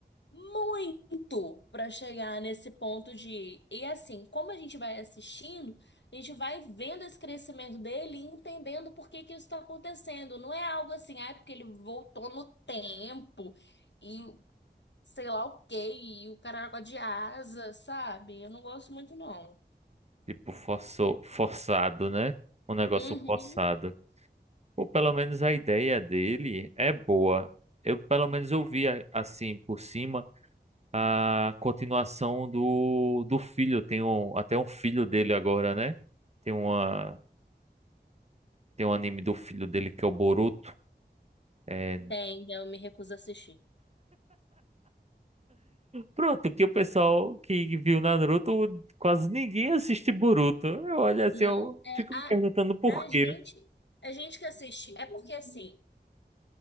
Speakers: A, on the left (about 85°); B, on the right (about 40°).
A: muito para chegar nesse ponto de. E assim, como a gente vai assistindo, a gente vai vendo esse crescimento dele e entendendo por que que isso está acontecendo. Não é algo assim, ah, é porque ele voltou no tempo e sei lá o quê, e o caramba de asa, sabe? Eu não gosto muito, não.
B: tipo, forçou, forçado, né? Um negócio
A: Uhum.
B: forçado. Ou pelo menos a ideia dele é boa. Eu, pelo menos, eu vi, a- assim, por cima, a continuação do, do filho. Tem um, até um filho dele agora, né? Tem uma, tem um anime do filho dele que é o Boruto. É,
A: Tem, eu me recuso a assistir.
B: Pronto, que o pessoal que viu Naruto, quase ninguém assiste Boruto. Eu olho assim,
A: Não,
B: eu
A: é
B: fico
A: a,
B: me perguntando por
A: a
B: quê.
A: gente, a gente que assiste, é porque assim.